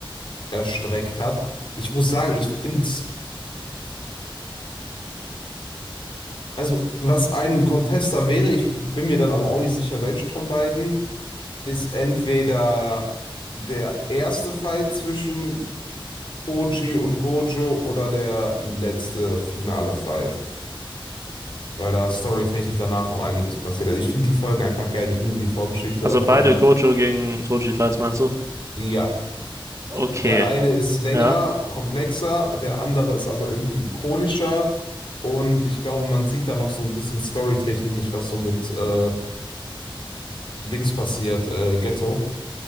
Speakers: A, on the left; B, on the right.
A: erstreckt hat. Ich muss sagen, ich finde, also was ein Contester wäre, ich bin mir dann aber auch nicht sicher, welche von beiden, ist entweder der erste Fight zwischen Koji und Gojo oder der letzte finale Fight, weil da storytechnisch danach noch einiges passiert. Also ich finde die Folgen einfach geil. Ich liebe die Vorgeschichte davon.
B: Also beide Gojo gegen Toji, falls meinst du?
A: Ja,
B: Okay,
A: der eine ist länger,
B: ja,
A: komplexer, der andere ist aber irgendwie ikonischer. Und ich glaube, man sieht da noch so ein bisschen storytechnisch, was so mit äh, Dings passiert, äh, Ghetto.